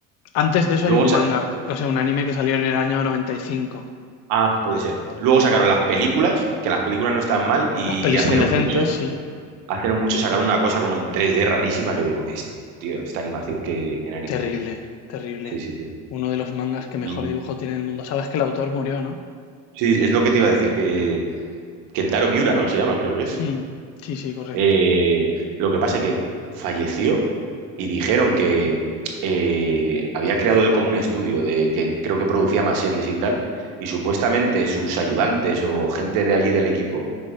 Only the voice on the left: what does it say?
antes de eso
hay un manga, o sea, un anime que salió en el año noventa y cinco
Las pelis
son
decentes,
sí.
Terrible,
terrible.
Uno de los mangas que mejor
dibujo tiene en el mundo. Sabes que el autor murió, ¿no?
Hmm, Sí, sí, correcto.